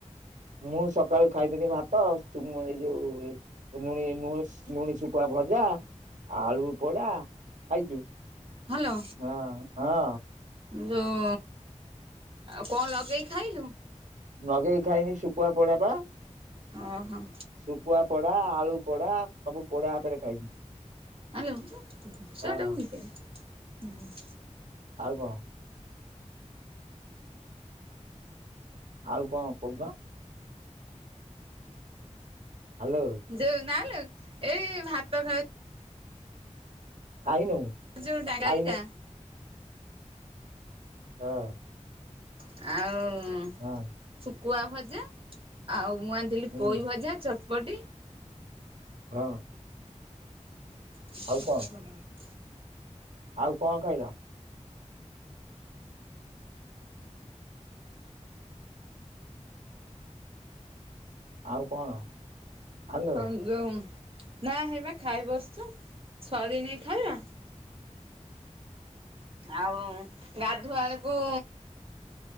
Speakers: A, on the right (about 85°); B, on the right (about 50°).
A: ମୁଁ ସକାଳୁ ଖାଇଥିଲି ଭାତ ଚୁମ ଏଇ ଯୋଉ ଏ ନୁଣି ମୁଁ ନୁଣୀ ଶୁଖୁଆ ଭଜା। ଆଳୁ ପୋଡା ଖାଇଚୁ
B: ହ୍ୟାଲୋ
A: ହଁ ହଁ।
B: ଯୋଉ ଆଉ କଣ ଲଗେଇ ଖାଇଲୁ?
A: ନଗେଇ ଖାଇନି ଶୁଖୁଆ ପୋଡା ପା।
B: ଓହୋ।
A: ଶୁକୁଆ ପୋଡା ଆଳୁପୋଡା ସବୁ ପୋଡା ଉପରେ ଖାଇଛିି।
B: ହାଲୋ <unintelligible>
A: ହଁ। ଆଉ କଣ? ଆଉ କଣ କହୁନ? ହାଲୋ।
B: ଯୋଉ ନାଲୋ ଏଇ ଭାତ ଖାଉ
A: ଖାଇନୁ?
B: ଯୋଉ <unintelligible>
A: ଖାଇନୁ
B: ଟା।
A: ହଁ।
B: ଆଉ।
A: ହଁ।
B: ଶୁକୁଆ ଭଜା ଆଉ ମୁଁ ଆଣଥିଲି
A: ହୁଁ
B: ପୋଇଭଜା ଚଟପଟି।
A: ହଁ ହଁ।
B: ସେ ପକା
A: କଣ
B: ବଲରା।
A: ଆଉ କଣ ଖାଇଲ? ଆଉ କଣ? ହ୍ୟାଲୋ
B: ହଁ ଯୋଉଁ ନା ହେଇବା ଖାଇ ବସଚୁ ସରିନି ଖାଇବା। ଆଉ ଗାଧୁଆଳୁକୁ।